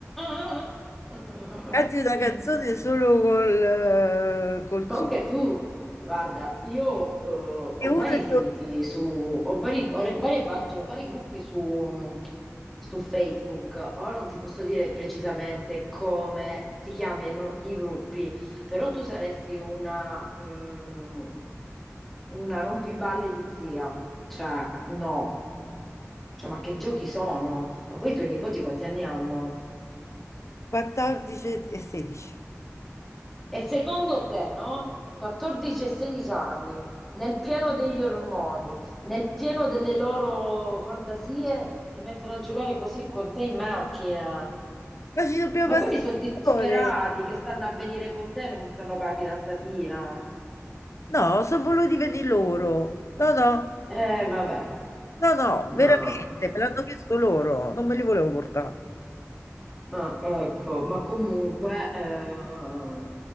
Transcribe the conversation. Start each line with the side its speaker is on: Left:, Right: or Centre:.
Centre: <laughs>
Left: canti una canzone solo col, eh, col
Centre: Comunque
Left: suono.
Centre: tu, guarda, io eh, ho
Left: e uno
Centre: vari
Left: e
Centre: siti
Left: due.
Centre: su, ho, vari- ho re- varie pagine, ho vari gruppi su, su Facebook. Ora non ti posso dire precisamente come si chiamano i gruppi, però tu saresti una, mm, una rompiballe di zia. Cioè, no. Cioè, ma che giochi sono? Ma poi i tuoi nipoti quanti anni hanno?
Left: 14 e 16.
Centre: E secondo te, no? 14 e 16 anni, nel pieno degli ormoni, nel pieno delle loro fantasie, si mettono a giocare così con te in macchina.
Left: Ma ci dobbiamo
Centre: Ma
Left: passare
Centre: quelli sono disperati
Left: le ore.
Centre: che stanno a venire con te, non stanno con la fidanzatina.
Left: No, sono voluti venire loro. No, no,
Centre: Eh, vabbè,
Left: no, no,
Centre: no.
Left: veramente, me l'hanno chiesto loro, non me li volevo portare.
Centre: Ah, ecco, ma comunque, eh, no,